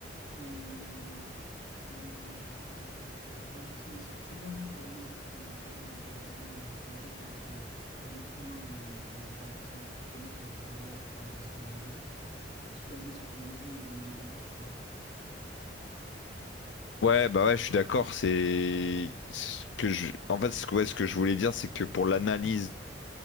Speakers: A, on the left; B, on the left.
A: Et euh, j'ai vu que tu pouvais, je crois, euh, enfin, genre, c'est c'est- c'est bien en fait pour l'analyse de, pour l'analyse de radio, les choses comme ça, tu vois, parce que le- l'être humain, il, il va pas forcément tout reconnaître, alors que l'IA, elle va pouvoir donner son avis et va se baser sur des milliers et des milliers d'avis, tu vois.
B: Ouais, bah ouais, je suis d'accord. C'est ce que je, en fait, ce que, ouais, ce que je voulais dire, c'est que pour l'analyse